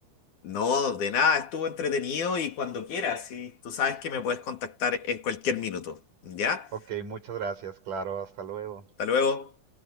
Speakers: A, on the left; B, on the right.
A: No, de nada, estuvo entretenido y cuando quieras, y tú sabes que me puedes contactar en cualquier minuto. ¿Ya?
B: Ok, muchas gracias, claro, hasta luego.
A: Hasta luego.